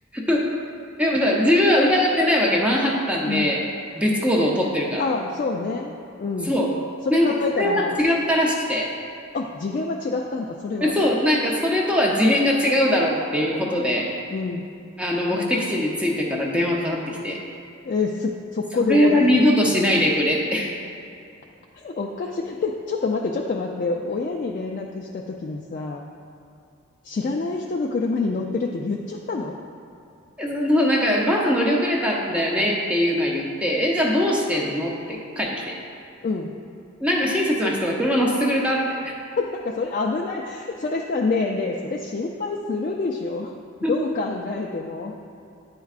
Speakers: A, in the centre; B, on the left.
A: <laughs> でもさ、自分は疑ってないわけ。マンハッタンで別行動を取ってるから。
B: うん、ああ、そうね。うん。
A: そう。
B: それ考えたら、
A: なんか、それは違ったらしくて。
B: まあ、あ、次元は違ったんだ、それは。
A: <laughs> えそう、なんかそれとは次元が違うだろうっていうことで、
B: うん。
A: あの、目的地に着いてから電話かかってきて、
B: えーす、速攻で怒られた。
A: それは二度としないでくれって。
B: <laughs> おかしい。で、ちょっと待って、ちょっと待って。親に連絡した時にさ、知らない人の車に乗ってるって言っちゃったの
A: <laughs> そう、そうなんかバス乗り遅れたんだよねっていうのは言って、え、じゃあどうしてんのって帰ってきて。
B: うん。
A: なんか親切な人が車乗せてくれたって。
B: なんかそれ危ない。それさ、ねえねえ、それ心配するでしょ。どう考えても。
A: <laughs>